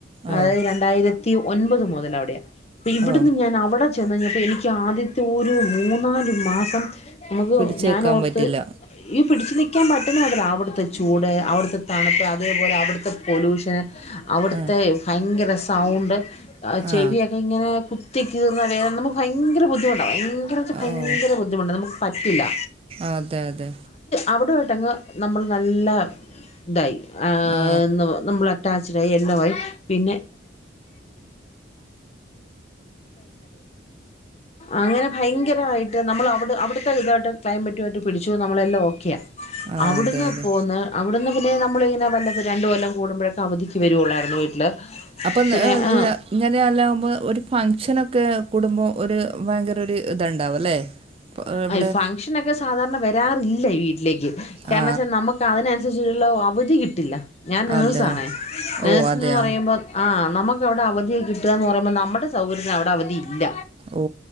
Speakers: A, on the right (about 30°); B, on the left (about 35°).
A: ഓ
B: അതായത് രണ്ടായിരത്തി ഒൻപത് മുതൽ അവിടെയാ ദേ ഇവിടുന്ന്
A: ഓ
B: ഞാൻ അവിടെ ചെന്നഴിഞ്ഞപ്പോ എനിക്ക് ആദ്യത്തെ ഒരു മൂന്നാലു മാസം നമുക്ക്
A: പിടിച്ച്
B: ഞാനോർത്ത്
A: വെക്കാൻ പറ്റില്ല
B: യ്യോ പിടിച്ചു നിക്കാൻ പറ്റുന്ന <unintelligible> അവിടുത്തെ ചൂട് അവിടുത്തെ തണുപ്പ് അതേപോലെ അവിടുത്തെ പൊലൂഷന് അവിടുത്തെ
A: ആ
B: ഭയങ്കര സൗണ്ട് ആഹ് ചെവിയൊക്കെ
A: ആ
B: ഇങ്ങനെ കുത്തിക്കീറുന്ന വേദന നമുക്ക് ഭയങ്കര ബുദ്ധിമുട്ടാ ഭയങ്കര ന്ന് വെച്ചാ ഭയങ്കര
A: ഓ
B: ബുദ്ധിമുട്ടാ നമുക്ക് പറ്റില്ല
A: അതെ അതെ
B: അവിടവുവായിട്ടങ്ങ് നമ്മൾ നല്ല ഇതായി ഏഹ്
A: ആ
B: നുമ്മളെ അറ്റാച്ചിടായി എല്ലാവായി പിന്നെ അങ്ങനെ ഭയങ്കരവായിട്ട് നമ്മൾ അവിട് അവിട് ത്തെ ഇതു ആയിട്ട് ക്ലൈമറ്റുവായിട്ട് പിടിച്ചു നമ്മളെല്ലാം ഓക്കെയാ
A: ആ,
B: അവിടുന്ന്
A: അതെ അതെ
B: പോന്ന് അവിടുന്ന് പിന്നെ നമ്മളിങ്ങനെ വല്ലപ്പം രണ്ട് കൊല്ലം കൂടുമ്പോഴൊക്കെ അവധിക്ക് വരുവൊള്ളായിരുന്നു <unintelligible> ല്
A: അപ്പം
B: പിന്നെ ആഹ്
A: ഇങ്ങനെ എല്ലാകുമ്പോ ഒരു ഫംഗ്ഷനൊക്കെ കൂടുമ്പോ ഒരു ഭയങ്കര ഒരു ഇതണ്ടാവും അല്ലേ ഇപ്പൊ ഇവിടെ
B: ആഹ് ഫംഗ്ഷൻ ഒക്കെ സാധാരണ വരാറില്ല ഈ വീട്ടിലേക്ക് കാരണം
A: ആ
B: എന്ന് വെച്ചാ നമുക്ക് അതിനനുസ രിച്ചുള്ള അവധി കിട്ടില്ല ഞാൻ നേഴ്സാണേ
A: അതെ
B: നേഴ്സ്ന്ന്
A: ഓ അതെയാ
B: പറയുമ്പോൾ ആഹ് നമുക്കവിടെ അവധി കിട്ടുകാന്ന് പറയുമ്പം നമ്മടെ സൗകര്യത്തിന് അവിടെ അവധി ഇല്ല
A: ഓ